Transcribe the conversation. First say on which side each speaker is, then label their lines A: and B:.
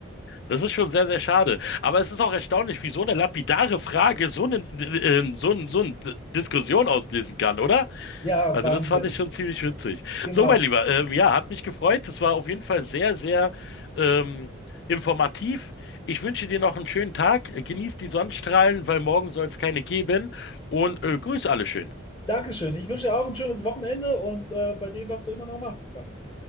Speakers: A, on the left; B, on the left.
A: Das ist schon sehr, sehr schade. Aber es ist auch erstaunlich, wie so eine lapidare Frage so eine, äh, äh, so ein, so eine Diskussion auslösen kann, oder?
B: Ja,
A: Also
B: Wahnsinn.
A: das fand ich schon ziemlich witzig.
B: Genau.
A: So, mein Lieber, ähm, ja, hat mich gefreut. Es war auf jeden Fall sehr, sehr ähm, informativ. Ich wünsche dir noch einen schönen Tag. Genieß die Sonnenstrahlen, weil morgen soll es keine geben. Und äh, grüß alle schön.
B: Dankeschön. Ich wünsche dir auch ein schönes Wochenende und äh, bei dem, was du immer noch machst, dann.